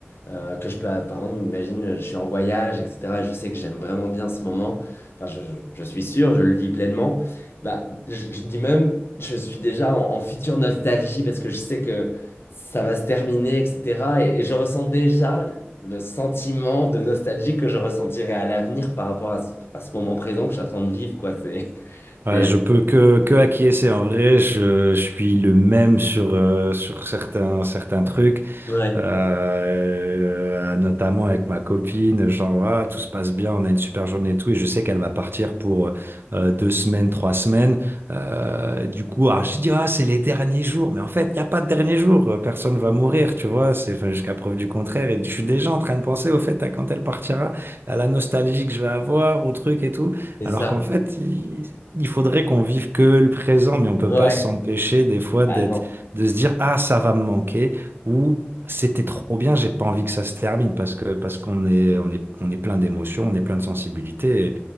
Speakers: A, on the left; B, on the right.
A: euh, que je peux, euh, par exemple, imagine, je suis en voyage, etc. et je sais que j'aime vraiment bien ce moment. Enfin, je, je- je suis sûr, je le vis pleinement. Bah, je, je dis même, je suis déjà en, en future nostalgie parce que je sais que ça va se terminer, etc. Et, et je ressens déjà le sentiment de nostalgie que je ressentirai à l'avenir par rapport à ce, à ce moment présent que je suis en train de vivre, quoi. C'est, <laughs>
B: Ouais,
A: c'est,
B: je peux que, que acquiescer. En vrai, je, je suis le même sur, euh, sur certains, certains trucs,
A: ouais,
B: Euh, euh, notamment avec ma copine. Genre, ah, tout se passe bien, on a une super journée et tout. Et je sais qu'elle va partir pour euh, deux semaines, trois semaines. Euh, du coup, alors, je dis, ah, c'est les derniers jours. Mais en fait, il n'y a pas de dernier jour. Personne va mourir, tu vois. C'est enfin, jusqu'à preuve du contraire. Et je suis déjà en train de penser au fait à quand elle partira, à la nostalgie que je vais avoir, au truc et tout.
A: c'est
B: Alors
A: ça.
B: qu'en fait, il- il faudrait qu'on vive que le présent, mais on peut
A: Ouais.
B: pas s'empêcher des fois
A: Ah
B: d'être,
A: non.
B: de se dire, ah, ça va me manquer, ou c'était trop bien, j'ai pas envie que ça se termine, parce que, parce qu'on est, on est, on est plein d'émotions, on est plein de sensibilité,